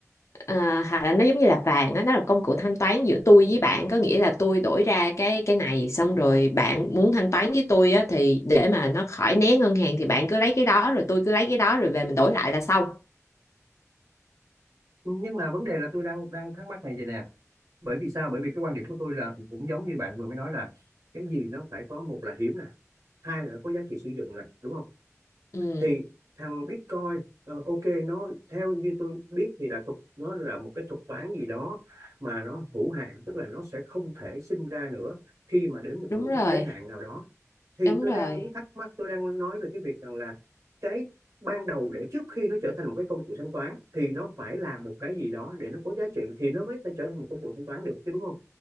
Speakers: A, on the left (about 60°); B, on the right (about 90°).
A: Ờ, hoặc là nó giống như là vàng á nó là công cụ thanh toán giữa tôi với bạn có nghĩa là tôi đổi ra cái cái này xong rồi
B: Ờ,
A: bạn muốn thanh toán với tôi á thì để mà nó khỏi né ngân hàng thì bạn cứ lấy cái đó rồi tôi cứ lấy cái đó rồi về mình đổi lại là xong
B: nhưng mà vấn đề là tôi đang đang thắc mắc này vậy nè bởi vì sao bởi vì cái quan điểm của tôi là cũng giống như bạn vừa mới nói là cái gì nó phải có một là hiếm nè hai là nó có giá trị sử dụng nè đúng không
A: Ừ,
B: thì thằng Bitcoin ờ, ok nó theo như tôi biết thì là thuật nó là một cái thuật toán gì đó mà nó hữu hạn tức là nó sẽ không thể sinh ra nữa khi mà đến một
A: đúng
B: ngưỡng
A: rồi,
B: giới hạn nào đó thì
A: đúng
B: tôi
A: rồi.
B: đang muốn thắc mắc tôi đang nói về cái việc rằng là cái ban đầu để trước khi nó trở thành một cái công cụ thanh toán thì nó phải là một cái gì đó để nó có giá trị thì nó mới thể trở thành một công cụ thanh toán được chứ đúng không